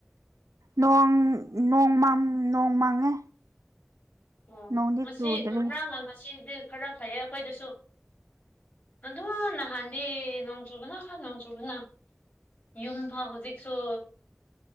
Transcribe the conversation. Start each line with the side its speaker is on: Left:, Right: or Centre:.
Right: ꯅꯣꯡ ꯅꯣꯡ ꯃꯪ ꯅꯣꯡ ꯃꯪꯉꯦ꯫
Left: ꯑꯣ
Right: ꯅꯣꯡꯗꯤ
Left: ꯉꯁꯤ
Right: ꯆꯨꯗ꯭ꯔꯤ
Left: ꯉꯔꯥꯡꯅ ꯉꯁꯤꯗꯤ ꯈꯔ ꯐꯩꯌꯦ ꯑꯩꯈꯣꯏꯗꯁꯨ꯫ ꯑꯗꯣ ꯅꯍꯥꯟꯗ ꯅꯣꯡ ꯆꯨꯕꯅ ꯈ ꯅꯣꯡ ꯆꯨꯕꯅ꯫ ꯌꯨꯝ ꯐꯥꯎ ꯍꯧꯖꯤꯛꯁꯨ